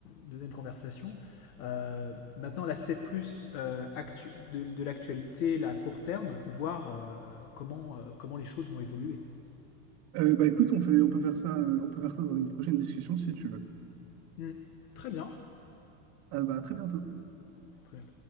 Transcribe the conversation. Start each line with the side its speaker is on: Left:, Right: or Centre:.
Left: deuxième conversation. euh, maintenant, l'aspect plus euh, actu- de, de l'actualité, la court terme, de voir euh, comment euh, comment les choses vont évoluer.
Right: Euh, bah écoute, on peut, on peut faire ça, euh, on peut faire ça dans une prochaine discussion si tu veux.
Left: Hmm. Très bien,
Right: Ah bah, à très bientôt.
Left: très bien.